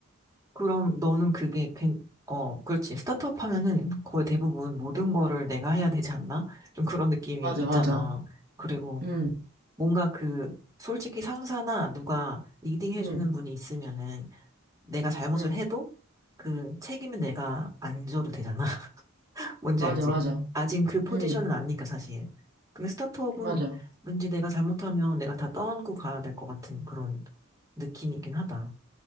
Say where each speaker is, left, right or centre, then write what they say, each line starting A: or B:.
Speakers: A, on the right; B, on the right.
A: 그럼 너는 그게, 괜, 어, 그렇지. 스타트업 하면은 거의 대부분 모든 거를 내가 해야 되지 않나? 좀 그런 느낌이
B: 맞아,
A: 있잖아.
B: 맞아.
A: 그리고
B: 응,
A: 뭔가 그, 솔직히 상사나 누가 리딩 해주는
B: 응,
A: 분이 있으면은 내가 잘못을
B: 응,
A: 해도 그 책임은 내가 안 져도 되잖아. 뭔지
B: 맞아,
A: 알지?
B: 맞아.
A: 아직 그 포지션은
B: 응,
A: 아니니까 사실. 근데 스타트업은
B: 맞아,
A: 왠지 내가 잘못하면 내가 다 떠안고 가야 될 것 같은 그런 느낌이긴 하다.